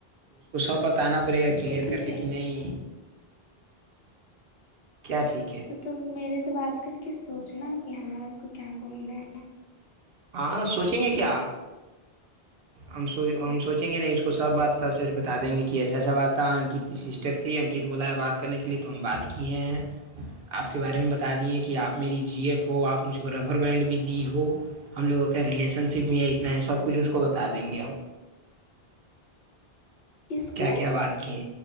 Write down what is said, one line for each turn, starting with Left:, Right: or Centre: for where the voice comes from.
Right: اس کو سب بتانا کلیئر
Left: تو ٹھیک
Right: کر کے
Left: ہے
Right: کہ نہیں کیا
Left: اچھا
Right: ٹھیک ہے
Left: تو ت میرے اس سے بات کر کے سوچنا کہ ہاں اس کو کیا کن ہے
Right: ہاں سوچیں گے کیا ہمو ہم سوچیں گے نہیں اس کو سب بات سچ سچ بتا دیں گے کہ ایسا ایسا بات تھا انکت کی سسٹر تھی انکت بولا ہے بات کرنے کے لیئے تو ہم بات کیے ہیں آپ کے بارے میں بتا دیے کہ آپ میری جی ایف ہو آپ نے مجھ کو ربر بینڈ بھی دی ہو ہم لوگوں کا ریلیشن شپ میں ہے اتنا ہے سب کچھ اس کو بتا دیں گے ہم
Left: کس کو
Right: کیا کیا بات کی